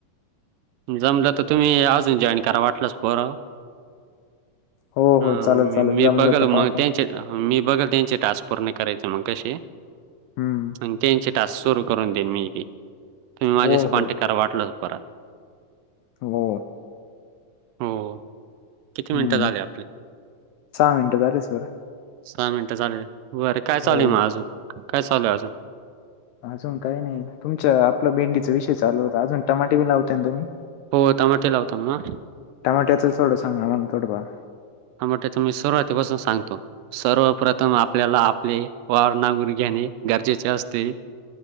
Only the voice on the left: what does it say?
हो
हो चालेल चालेल
जमलं
तर
पाहतो.
हं.
हो
हो.
हो
हं.
मिनिटं झाले सर.
हो.
अजून काही नाही. तुमच्या आपला भेंडीचा विषय चालू होता अजून टमाटे बी लावतय ना तुम्ही
टमाट्याच थोडं सांगा थोडंफार